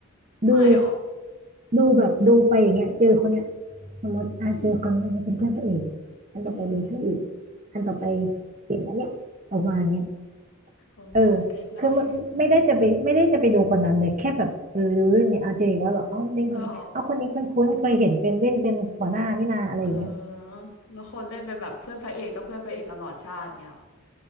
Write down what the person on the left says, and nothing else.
ไม่หรอ
อืมอืม
อืม
วงการมันเล็กน้อย
เออเออแล้วคนเล่นเป็นแบบเพื่อนพระเอกก็เพื่อนพระเอกตลอดชาติเงี้ยห